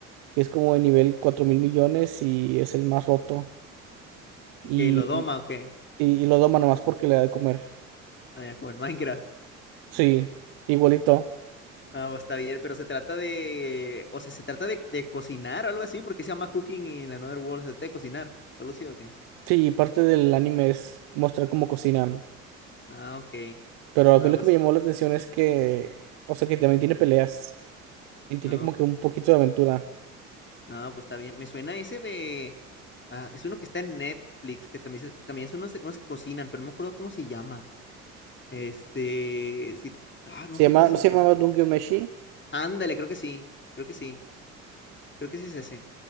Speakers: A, on the right; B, on the left.
A: que es como de nivel cuatro mil millones y es el más roto. Y,
B: ¿Y qué? ¿Y lo doma o qué?
A: y, y lo doma nomás porque le da de comer.
B: Ah, ya, como en Minecraft.
A: Sí, igualito.
B: Ah, pues está bien, pero se trata de... O sea, se trata de, de cocinar o algo así, porque se llama Cooking in Another World, se trata de cocinar, o algo así, o qué.
A: Sí, y parte del anime es mostrar cómo cocinan.
B: Ah, ok.
A: Pero a
B: Bueno,
A: mí lo
B: pues...
A: que me llamó la atención es que, o sea, que también tiene peleas y tiene
B: No,
A: como
B: ok.
A: que un poquito de aventura.
B: No, pues está bien. Me suena ese de... Ah, es uno que está en Netflix, que también, se- también es unos, unos que cocinan, pero no me acuerdo cómo se llama. Este... Sí, ah, no
A: Se
B: me acuerdo
A: llama,
B: cómo se
A: ¿no se
B: llama.
A: llamaba Dungeon Meshi?
B: Ándale, creo que sí, creo que sí, creo que sí es ese.